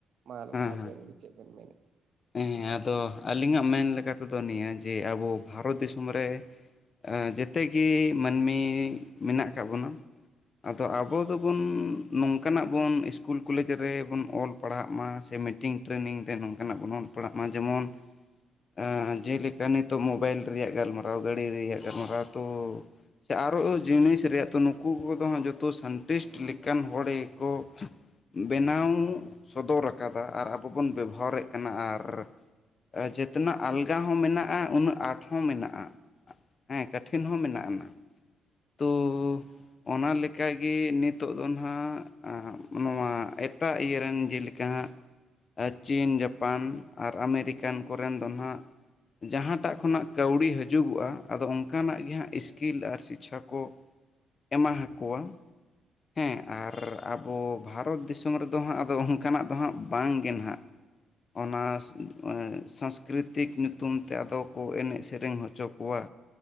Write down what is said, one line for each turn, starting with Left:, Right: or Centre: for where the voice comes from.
Right: ᱢᱟᱞ
Left: ᱦᱮᱸ
Right: ᱟᱵᱮᱱ
Left: ᱦᱮᱸ
Right: ᱜᱮ ᱪᱮᱫ ᱵᱮᱱ ᱢᱮᱱᱮ
Left: ᱦᱮᱸ ᱟᱫᱚ ᱟᱹᱞᱤᱧᱟᱜ ᱢᱮᱱ ᱞᱮᱠᱟᱛᱮᱫᱚ ᱱᱤᱭᱟᱹ ᱡᱮ ᱟᱵᱚ ᱵᱷᱟᱨᱚᱛ ᱫᱤᱥᱚᱢ ᱨᱮ ᱮᱜ ᱡᱮᱛᱮ ᱜᱮ ᱢᱟᱹᱱᱢᱤ ᱢᱮᱱᱟᱜ ᱟᱠᱟᱫ ᱵᱚᱱᱟ ᱟᱫᱚ ᱟᱵᱚ ᱫᱚᱵᱚᱱ ᱱᱚᱝᱠᱟᱱᱟᱜ ᱵᱚᱱ ᱤᱥᱠᱩᱞ ᱠᱚᱞᱮᱡᱽ ᱨᱮᱵᱚᱱ ᱚᱞ ᱯᱟᱲᱦᱟᱜ ᱢᱟ ᱥᱮ ᱢᱤᱴᱤᱝ ᱴᱨᱮᱱᱤᱝ ᱛᱮ ᱱᱚᱝᱠᱟᱱᱟᱜ ᱵᱚᱱ ᱚᱞ ᱯᱟᱲᱦᱟᱜ ᱢᱟ ᱡᱮᱢᱚᱱ ᱮ ᱡᱮᱞᱮᱠᱟ ᱱᱤᱛᱚᱜ ᱢᱳᱵᱟᱭᱤᱞ ᱨᱮᱭᱟᱜ ᱜᱟᱞᱢᱟᱨᱟᱣ ᱜᱟᱹᱲᱤ ᱨᱮᱭᱟᱜ ᱜᱟᱞᱢᱟᱨᱟᱣ ᱛᱳ ᱥᱮ ᱟᱨᱚ ᱚ ᱡᱤᱱᱤᱥ ᱨᱮᱭᱟᱜ ᱛᱚ ᱱᱩᱠᱩ ᱠᱚᱫᱚ ᱦᱟᱸᱜ ᱡᱚᱛᱚ ᱥᱟᱱᱴᱤᱥ ᱞᱮᱠᱟᱱ ᱦᱚᱲ ᱜᱮᱠᱚ ᱵᱮᱱᱟᱣ ᱥᱚᱫᱚᱨ ᱟᱠᱟᱫᱟ ᱟᱨ ᱟᱵᱚ ᱵᱚᱱ ᱵᱮᱵᱚᱦᱟᱨᱮᱫ ᱠᱟᱱᱟ ᱟᱨ ᱟᱨ ᱮ ᱡᱮᱛᱮᱱᱟᱜ ᱟᱞᱜᱟ ᱦᱚᱸ ᱢᱮᱱᱟᱜᱼᱟ ᱩᱱᱟᱹᱜ ᱟᱸᱴ ᱦᱚᱸ ᱢᱮᱱᱟᱜᱼᱟ ᱦᱮ ᱠᱟᱴᱷᱤᱱ ᱦᱚᱸ ᱢᱮᱱᱟᱜ ᱟᱱᱟ ᱛᱚ ᱚᱱᱟ ᱞᱮᱠᱟᱜᱮ ᱱᱤᱛᱳ ᱫᱚ ᱱᱟᱦᱟᱜ ᱟ ᱱᱚᱣᱟ ᱮᱴ ᱴᱟᱜ ᱤᱭᱟᱹᱨᱮᱱ ᱡᱮᱞᱮᱠᱟ ᱦᱟᱸᱜ ᱮ ᱪᱤᱱ ᱡᱟᱯᱟᱱ ᱟᱨ ᱟᱢᱮᱨᱤᱠᱟᱱ ᱠᱚᱨᱮᱱ ᱫᱚ ᱱᱟᱸᱜ ᱡᱟᱦᱟᱸᱴᱟᱜ ᱠᱷᱚᱱᱟᱜ ᱠᱟᱹᱣᱰᱤ ᱦᱤᱡᱩᱜᱚᱜᱼᱟ ᱟᱫᱚ ᱚᱱᱠᱟᱱᱟᱜ ᱜᱮ ᱦᱟᱸᱜ ᱤᱥᱠᱤᱞ ᱟᱨ ᱪᱤ ᱪᱷᱟ ᱠᱚ ᱮᱢᱟ ᱦᱟᱠᱚᱣᱟ ᱦᱮᱸ ᱟᱨ ᱟᱵᱚ ᱵᱷᱟᱨᱚᱛ ᱫᱤᱥᱚᱢ ᱨᱮᱫᱚ ᱦᱟᱸᱜ ᱟᱫᱚ ᱚᱱᱠᱟᱱᱟᱜ ᱫᱚ ᱦᱟᱸᱜ ᱵᱟᱝᱜᱮ ᱱᱟᱦᱟᱜ ᱚᱱᱟᱥ ᱢᱟᱱᱮ ᱥᱟᱝᱥᱠᱨᱤᱛᱤᱠ ᱧᱩᱛᱩᱢ ᱛᱮ ᱟᱫᱚ ᱠᱚ ᱮᱱᱮᱡ ᱥᱮᱨᱮᱧ ᱦᱚᱪᱚ ᱠᱚᱣᱟ